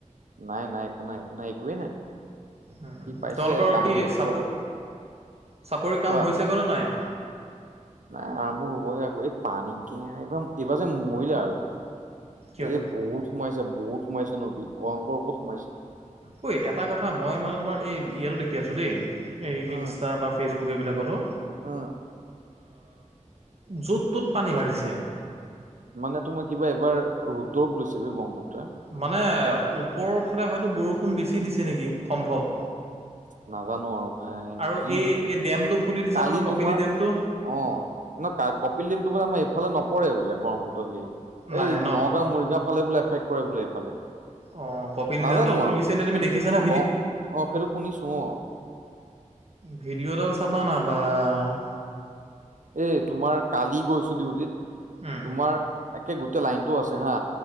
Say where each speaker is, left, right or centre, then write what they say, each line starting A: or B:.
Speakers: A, on the right; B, on the right.
A: নাই নাই, একো নাই, একো নাই, একোৱেই নাই।
B: উ
A: সি পাইছে
B: তোমালোকৰ
A: কাণত
B: কি
A: হেডফোন
B: চাপৰি, চাপৰি কাম
A: কোৱা
B: হৈছে গৈ নে নাই?
A: নাই আৰম্ভ হবহে আকৌ এই পানীক এইবাৰ এইবাৰ যে মৰিলে আৰু।
B: কিয়
A: এ বহুত সোমাইছে। ছে বহুত সোমাইছে, নদী ভয়ংকৰ ওপৰত সোমাইছে।
B: ঐ এটা কথা মই মানে তোমাৰ এই ইয়াতো দেখি আছো দেই। এই
A: উম।
B: ইনষ্টা বা ফেচবুক। বুক এইবিলাকটো।
A: উম,
B: য'ত ত'ত পানী বাঢ়িছে।
A: মানে তোমাৰ কিবা এবাৰ ৰৰুদ্ৰ ৰূপ লৈছে ব ব্ৰহ্মপুত্ৰ।
B: মানে ওপৰৰ ফালে হয়তো বৰষুণ বেছি দিছে নেকি সম্ভৱ।
A: নাজানো আৰু ভাই,
B: আৰু
A: কি
B: এই এই ডেমটো খুলি দিছে
A: কালি
B: নহয় কপিলি
A: তোমাৰ
B: ডেমটো
A: অ', ন কপিল দিম তোমাৰ আমাৰ এইফালে নপ কৰে বোলে ব্ৰহ্মপুত্ৰ সেই।
B: নাহে
A: এই
B: ন
A: নগাঁও মৰিগাঁও ফালে বোলে এফেক্ট কৰে বোলে এইফালে
B: অ কপিলি
A: নাজানো
B: ডেমডাল খুলি
A: আৰু
B: দিছে নে তুমি
A: মই
B: দেখিছানে
A: ন গম অ' সেইটো শুনিছোঁ।
B: ভিডিঅ' ডাল চাবা না বা অ'
A: এই তোমাৰ কালি গৈছোঁ ডিউটিত
B: উম
A: তোমাৰ একে গোটেই লাইনটো আছে হা